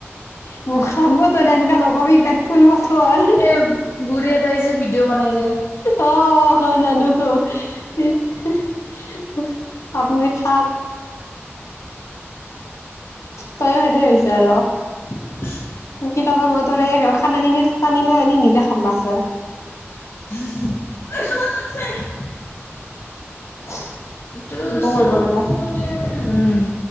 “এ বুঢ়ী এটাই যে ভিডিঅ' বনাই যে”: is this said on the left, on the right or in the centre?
Left